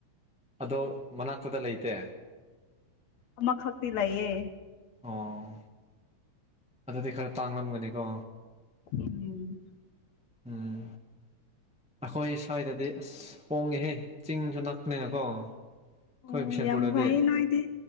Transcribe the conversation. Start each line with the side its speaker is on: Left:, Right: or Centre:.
Centre: ꯑꯗꯣ ꯃꯅꯥꯛꯇꯗ ꯂꯩꯇꯦ
Left: ꯑꯃꯈꯛꯇꯤ ꯂꯩꯌꯦ
Centre: ꯑꯣ ꯑꯗꯨꯗꯤ ꯈꯔ ꯇꯥꯡꯂꯝꯒꯅꯤꯀꯣ
Left: ꯎꯝ
Centre: ꯎꯝ ꯑꯩꯈꯣꯏ ꯁ꯭ꯋꯥꯏꯗꯗꯤ ꯑꯁ ꯍꯣꯡꯉꯦꯍꯦ ꯆꯤꯡꯁꯨ ꯅꯛꯄꯅꯦꯅꯀꯣ ꯑꯩꯈꯣꯏ
Left: ꯎꯝ
Centre: ꯕꯤꯁꯦꯟꯄꯨꯔꯗꯗꯤ
Left: ꯌꯥꯝ ꯐꯩ ꯅꯣꯏꯗꯤ